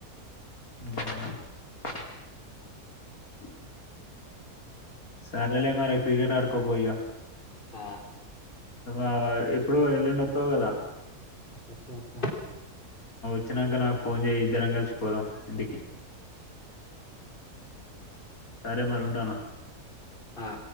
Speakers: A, on the left (about 65°); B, on the left (about 35°).
A: ఊమ్ ఉ సారలే మర క్రికట్ అడకపో ఇగ
B: ఆ
A: ఆ ఎప్పుడు ఎల్లుండి వత్తవు కదా
B: వత్తా వత్తా
A: వచ్చినాక నాకు ఫోన్ చే ఇద్దరం కలిసిపోదాం ఇంటికి సరే మరి ఉంటానా
B: ఆ